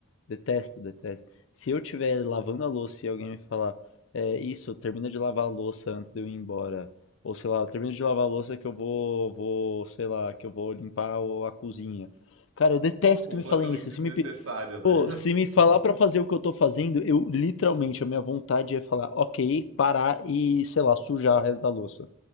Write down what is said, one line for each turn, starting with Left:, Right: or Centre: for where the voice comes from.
Left: Detesto, detesto. Se eu estiver lavando a louça e alguém me falar, é isso, termina de lavar a louça antes de eu ir embora. Ou sei lá, termina de lavar a louça que eu vou, vou, sei lá, que eu vou limpar o- a cozinha. Cara, eu detesto
Right: Completamente
Left: que me falem isso.
Right: desnecessário,
Left: Se me
Right: né?
Left: Pô, se me falar pra fazer o que eu tô fazendo, eu literalmente, a minha vontade é falar, ok, parar e, sei lá, sujar o resto da louça.